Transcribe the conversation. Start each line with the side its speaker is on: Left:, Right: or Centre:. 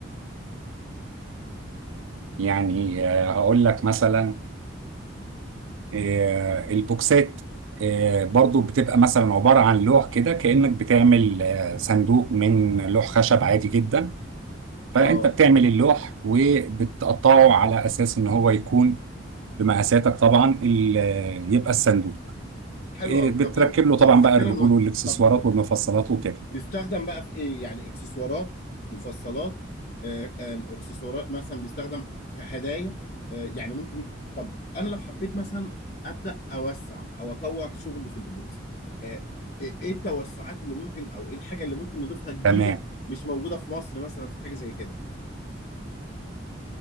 Right: يعني آه، هقول لك مثلا آه، البوكسات آه، برضو بتبقى مثلا عبارة عن لوح كده كأنك بتعمل آه، صندوق من لوح خشب عادي جدا فانت
Left: اه
Right: بتعمل اللوح وبتقطعه على اساس ان هو يكون بمقاساتك طبعا ال- آه، يبقى الصندوق
Left: حلو
Right: آه،
Left: قوي
Right: بتركب
Left: طب لو
Right: له
Left: لو
Right: طبعا
Left: حبينا
Right: بقى الرجول
Left: نو...
Right: والاكسسوارات
Left: طب
Right: والمفصلات وكده
Left: بيستخدم بقى في ايه يعني اكسسوارات مفصلات آه، آم، اكسسوارات مثلا بيستخدم في هدايا آه، يعني ممكن طب انا لو حبيت مثلا ابدا اوسع او اطور شغل في الايبوكسي آه، ايه إيه التوسعات اللي ممكن او ايه الحاجه اللي ممكن نضيفها جديده
Right: تمام
Left: مش موجوده في مصر مثلا في حاجه زي كده